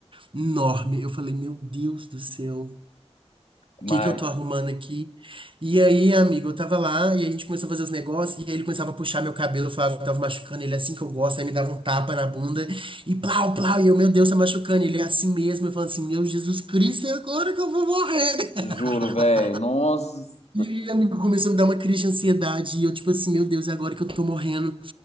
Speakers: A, on the right; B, on the left.
A: enorme. Eu falei, meu Deus do céu.
B: Mas,
A: O que que eu tô arrumando aqui? E aí, amigo, eu tava lá e a gente começou a fazer os negócios e aí ele começava a puxar meu cabelo, eu falava que tava machucando ele assim que eu gosto, aí me dava um tapa na bunda e plau, plau, e eu, meu Deus, tá machucando ele é assim mesmo, eu falando assim, meu Jesus Cristo, é agora que eu vou morrer. <laughs>
B: juro, velho, nossa.
A: E amigo começou a me dar uma crise de ansiedade e eu tipo assim, meu Deus, é agora que eu tô morrendo.